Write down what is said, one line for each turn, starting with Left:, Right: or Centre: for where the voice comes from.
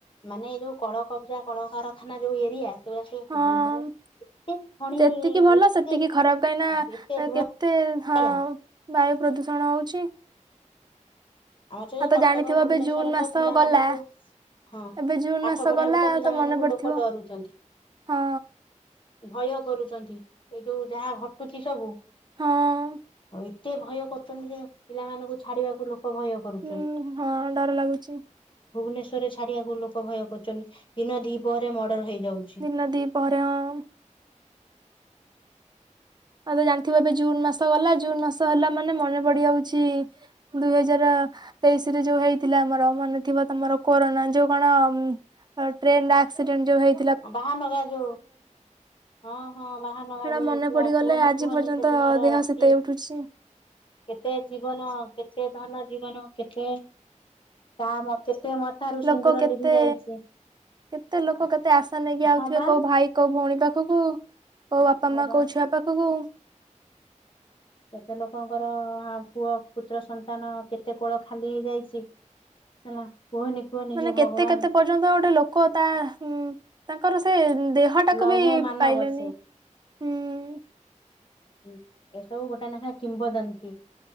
Left: ମାନେ ଏଇ ଯୋଉ କଳ କବ୍ଜା କଳକାରଖାନା ଯୋଉ ଏରିଆ। ସେଉଡା ସବୁ
Right: ହଁ
Left: <unintelligible> ମାନେ ଏତେ ଖଣି
Right: ଯେତିକି ଭଲ
Left: ଏତେ
Right: ସେତିକି ଖରାପ, କାହିଁ ନା
Left: ଏତେ
Right: ଏ କେତେ
Left: ଧୂଆଁଳିଆ
Right: ହଁ? ବାୟୁ ପ୍ରଦୂଷଣ ହଉଛି।
Left: ଆଁ, ଯେ
Right: ଆଉ ତ
Left: କଟକ
Right: ଜାଣିଥିବ
Left: ଭୁବନେଶ୍ଵରରେ
Right: ଏବେ ଜୁନ ମାସ
Left: ତ ପିଲାମାନଙ୍କୁ
Right: ଗଲା
Left: ହଁ,
Right: ଏବେ ଜୁନ
Left: ପାଠ
Right: ମାସ
Left: ପଢେଇବାକୁ
Right: ଗଲା
Left: ତ ପିଲାମାନଙ୍କୁ
Right: ମନେ ପଡିଥିବ
Left: ଲୋକ ଡରୁଚନ୍ତି।
Right: ହଁ
Left: ଭୟ କରୁଚନ୍ତି, ଏଇ ଯୋଉ ଯାହା ଘଟୁଛି ସବୁ।
Right: ହଁ।
Left: ଏତେ ଭୟ କରୁଚନ୍ତି, ଯେ ପିଲାମାନଙ୍କୁ ଛାଡିବାକୁ ଲୋକ ଭୟ କରୁଚନ୍।
Right: ହୁଁ ହଁ ଡର ଲାଗୁଛି
Left: ଭୁବନେଶ୍ବରେ ଛାଡିବାକୁ ଲୋକ ଭୟ କରୁଚନି। ଦିନ ଦିପହରେ ମର୍ଡର୍ ହେଇଯାଉଛି।
Right: ଦିନ ଦିପହରେ ହଁ। ଆଉ ତୋ ଜାଣିଥିବ ଏବେ ଜୁନ୍ ମାସ ଗଲା ଜୁନ୍ ମାସ ହେଲା ମାନେ ମନେ ପଡିଯାଉଛି ଦୁଇ ହଜାର ତେଇଶି ରେ ଯୋଉ ହେଇଥିଲା ଆମର ମନେ ଥିବ ତୋମର କୋରୋନା। ଯୋଉ କଣ ଉଁ, ଆଉ ଟ୍ରେନ୍ ରେ ଆକ୍ସିଡେଣ୍ଟ ଯୋଉ ହେଇ
Left: ହଁ ବାହାନଗା ଯୋଉ ହଁ, ହଁ ବାହାନଗା
Right: ସେଟା
Left: ଯୋଉ
Right: ମନେ
Left: ହେଇଥି
Right: ପଡିଗଲେ
Left: ଲା କୁହନି,
Right: ଆଜି
Left: କୁହନି
Right: ପର୍ଯ୍ୟନ୍ତ
Left: ସେଦିନ ର
Right: ଦେହ
Left: ରାତି।
Right: ଶୀତେଇ ଉଠୁଛି
Left: କେତେ ଜୀବନ, କେତେ ଧନ ଜୀବନ, କେତେ ତା ମ -କେତେ ମଥାରୁ
Right: ଲୋକ
Left: ସିନ୍ଦୁର
Right: କେତେ
Left: ଲିଭି ଯାଇଚି।
Right: କେତେ ଲୋକ କେତେ ଆଶା ନେଇକି ଆଉଥୁବେ
Left: ହଁ ବା
Right: କୋଉ ଭାଇ କୋଉ ଭଉଣୀ ପାଖକୁ। କୋଉ ବାପା ମା
Left: ହଁ ବା
Right: କୋଉ ଛୁଆ ପାଖକୁ।
Left: କେତେ ଲୋକଙ୍କର ହା ପୁଅ, ପୁତ୍ର, ସନ୍ତାନ କେତେ କୋଳ ଖାଲି ହେଇଯାଇଛି। ହେଲା। କୁହନି କୁହନି।
Right: ମାନେ
Left: ହେ
Right: କେତେ
Left: ଭଗବାନ
Right: କେତେ ପର୍ଯ୍ୟନ୍ତ ଗୋଟେ ଲୋକ ତା ହୁଁ, ତାଙ୍କର ସେ ଉଁ, ଦେହ ଟାକୁ
Left: ଲୌହ
Right: ବି
Left: ମାନବ
Right: ପାଇଲେନି।
Left: ସେ
Right: ଉଁ, ଏ
Left: ହୁଁ, ଏସବୁ ଗୋଟେ ନେଖା କିମ୍ବଦନ୍ତିୀ।